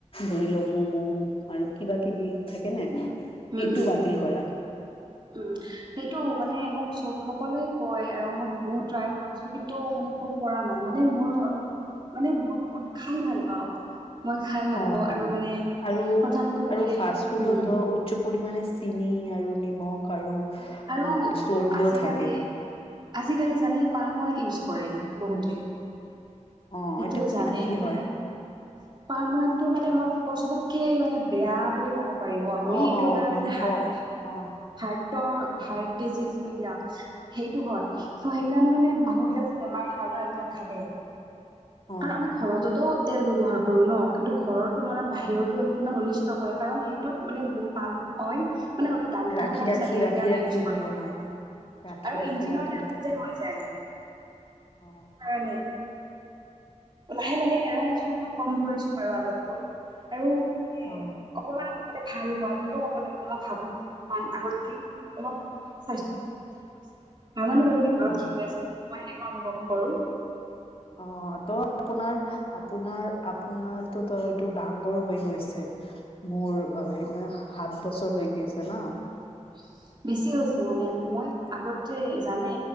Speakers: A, on the left; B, on the right.
A: ধৰি লওঁ ম'ম' আৰু কিবা-কিবি থাকে নে?
B: উম
A: এইটো
B: - উম।
A: বাতিল কৰা
B: উম। সেই টো মানে মোক চব- সকলোৱে কয়। আৰু মই বহুত ট্ৰাই কৰিছোঁ, কিন্তু মানে খুব পৰা নাই। মানে মোৰ অলপ মানে- ব- বহুত খাই ভাল পাওঁ। মই খাই ভাল
A: অ',
B: পাওঁ আৰু মানে,
A: আৰু
B: প্ৰধানকৈ মানে,
A: আৰু ফাষ্ট ফুডতো
B: উম
A: উচ্চ পৰিমাণে চেনি আৰু নিমখ আৰু
B: আৰু
A: উম চৰ্বিও
B: আজিকালি
A: থাকে
B: আজিকালি জানে পাম অইল ইউজ কৰে বহুতে।
A: অ
B: এইটো জানেই
A: কি
B: নিয়ে
A: হয়
B: না। পাম অইলটো মানে মই কি কওঁ, চবতকে মানে বেয়া বুলি ক'ব পাৰিব আপুনি।
A: অ
B: এইটোৰ
A: অ
B: কাৰণে মানে হা-
A: ক অ
B: হাৰ্টৰ হাৰ্ট ডিজিজ, য়া সেইটো হয়। ছো সেইকাৰণে মানে মানুহবিলাক যে বেমাৰী হয় ন', এইবিলাক খালে।
A: অ অ
B: কাৰণ আমি ঘৰততো তেল ব্যৱহাৰ কৰো ন', কিন্তু ঘৰৰ তুলনাত বাহিৰতো আমাক ইমান অনিষ্ট কৰে। কাৰণ সেইটোত মানে বহুত পাল হয় মানে হয়তো দামটোও
A: ৰাখি
B: কম
A: ৰাখি
B: চাগে।
A: ৰাখি
B: সেইকাৰণে
A: ৰাখি
B: ইউজ
A: ইটো
B: কৰি
A: বনাই ৰাখি
B: আৰু
A: ৰাখি
B: ইঞ্জিনৰ
A: ৰাখি
B: তেল
A: ৰাখি
B: যেন
A: ইটো
B: হৈ
A: বনাই
B: যায়।
A: অ
B: হয়, এনে। লাহে - লাহে এৰাই আছোঁ। অকমান কম কৰিছোঁ বাৰু আগতকৈ। আৰু মানে
A: অ
B: অকমান মানে ভাল হোৱা বুলিও ক'ব লাগিব। ভাবো যে অকমান আগতকে অলপ স্বাস্থ্যটো ঠিক হৈছে। নাজানোঁ বাৰু ভিতৰত
A: অ
B: কি হৈ আছে, কিন্তু মই এনে কুৱা অনুভৱ কৰোঁ।
A: অ'। তো আপোনাৰ- আপোনাৰ- আপোনাৰ টোতো এইটো ডাঙৰ হৈ গৈছে। মোৰ বাবে সাত বছৰ হৈ গৈছে ন',
B: <inaudible> বেছি হৈছে মানে মই আগতে জানে